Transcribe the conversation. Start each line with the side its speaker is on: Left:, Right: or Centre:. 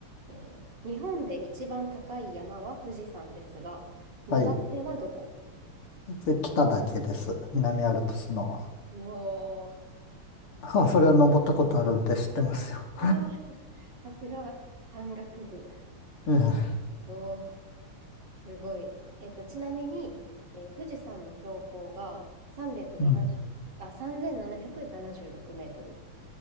Right: えー日本で一番高い山は富士山ですが、2番目はどこ
Left: はい。で、北岳です。南アルプスの。
Right: おおー、
Left: あ、それは登ったことあるんで知ってますよ。
Right: <laughs> うわーさすが山岳部。
Left: ええ。
Right: おすごい。えっと、ちなみに、えー富士山の標高が370、
Left: うん。
Right: あ、3776メートル。